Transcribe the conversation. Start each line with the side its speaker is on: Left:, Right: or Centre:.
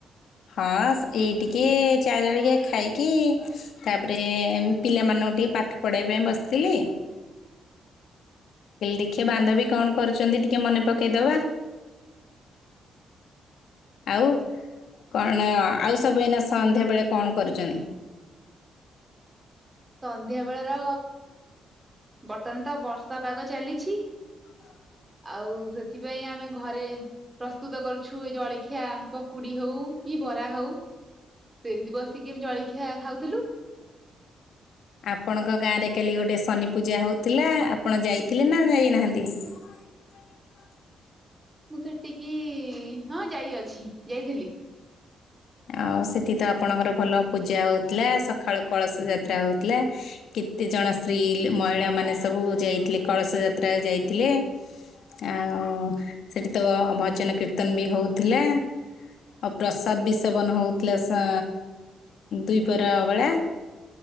Left: ହଁ ଏଇ ଟିକେ ଚା ଜଳିଖୀଆ ଖାଇକି ତାପରେ ପିଲାମାନ ଟିକେ ପାଠ ପଢ଼େଇବା ପାଇଁ ବସିଥିଲି। ଦେଖିଆ ବାନ୍ଧବି କଣ କରୁଛନ୍ତି ଟିକେ ମନେ ପକେଇଦବା। ଆଉ କଣ ଆଉ ସବୁ ଏଇନା ସନ୍ଧ୍ୟା ବେଳେ କଣ କରୁଚନ୍ତି?
Right: ସନ୍ଧ୍ୟା ବେଳ ର ବର୍ତ୍ତମାନ ତ ବର୍ଷା ପାଗ ଚାଲିଛି।
Left: <inaudible>
Right: ଆଉ ସେଥିପାଇଁ ଆମେ ଘରେ ପ୍ରସ୍ତୁତ କରୁଛୁ ଏ ଜଳିଖିଆ ପକୁଡି ହଉ କି ବରା ହଉ ସେମତି ବସିକି ଜଳିଖିଆ ଖାଉଥିଲୁ।
Left: ଆପଣଙ୍କ ଗାଁରେ କାଲି ଗୋଟେ ଶନି ପୂଜା ହଉଥିଲା ଆପଣ ଯାଇଥିଲେ ନା ଯାଇନାହାନ୍ତି। <inaudible>
Right: ମୁଁ ସେଠିକି ହଁ ଯାଇ ଅଛି ଯାଇଥିଲି।
Left: ଆଉ ସେଠି ତ ଆପଣଙ୍କର ଭଲ ପୂଜା ହଉଥିଲା ସଖାଳୁ କଳସ ଯାତ୍ରା ହଉଥିଲା କେ ତେ ଜଣ ସ୍ତ୍ରୀ ମହିଳାମାନେ ସବୁ ଯାଇଥିଲେ କଳସ ଯାତ୍ରାରେ ଯାଇଥିଲେ। ଆଉ ସେଠି ତ ଭଜନ କୀର୍ତ୍ତନ ବି ହଉଥିଲା। ଆଉ ପ୍ରସାଦ ବି ସେବନ ହଉଥିଲା ଦୁଇପହର ବେଳା।